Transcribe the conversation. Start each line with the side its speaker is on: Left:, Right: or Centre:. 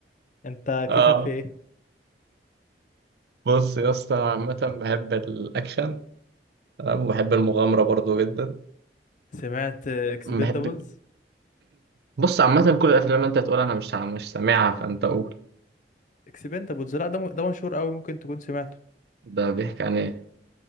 Left: انت
Right: اه
Left: كيفك في ايه
Right: بص يا اسطى أنا عامة بحب الأكشن تمام وبحب المغامرة برضو جدا
Left: سمعت اكسبندابلز
Right: بحب بص عامة كل الأفلام أنت تقول أنا مش مش سامعها فأنت قول
Left: اكسبندابلز لا ده م- ده مشهور قوي ممكن تكون سمعته
Right: ده بيحكي عن إيه